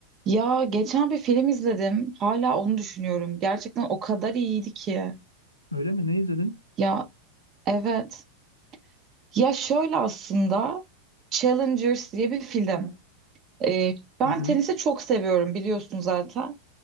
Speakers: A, on the right; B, on the left.
A: Ya geçen bir film izledim. Hala onu düşünüyorum. Gerçekten o kadar iyiydi ki.
B: Öyle mi? Ne izledin?
A: Ya evet. Ya şöyle aslında Challengers diye bir film. Ee, ben
B: Hı hı.
A: tenisi çok seviyorum biliyorsun zaten.